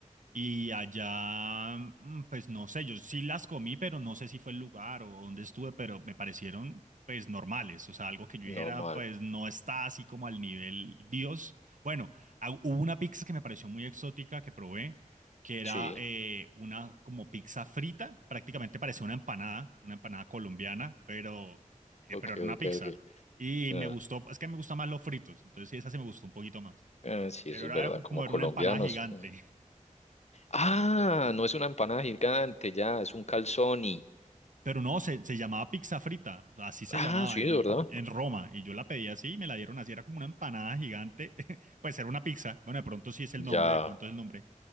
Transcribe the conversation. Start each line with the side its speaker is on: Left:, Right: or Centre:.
Right: Y allá, mm, pues no sé, yo sí las comí, pero no sé si fue el lugar o dónde estuve, pero me parecieron pues normales, o sea, algo que yo
Left: normal,
Right: dijera, pues no está así como al nivel Dios. Bueno, ah, hubo una pizza que me pareció muy exótica que probé, que era
Left: sí,
Right: eh, una como pizza frita, prácticamente parecía una empanada, una empanada colombiana, pero, eh,
Left: ok,
Right: pero era una
Left: ok,
Right: pizza.
Left: ok.
Right: Y
Left: Ah,
Right: me gustó, es que me gustan más los fritos, entonces esa se me gustó un poquito más.
Left: ah, sí,
Right: Pero
Left: eso
Right: era
Left: es verdad,
Right: como
Left: como
Right: era
Left: colombianos.
Right: una empanada gigante.
Left: mm. Ah, no es una empanada gigante, ya, es un calzoni.
Right: Pero no, se, se llamaba pizza frita, así se
Left: Ah,
Right: llamaba
Left: sí,
Right: y-
Left: es verdad.
Right: en Roma. Y yo la pedí así y me la dieron así, era como una empanada gigante. <laughs> Pues era una pizza. Bueno, de pronto sí es el
Left: Ya,
Right: nombre, de pronto es el nombre,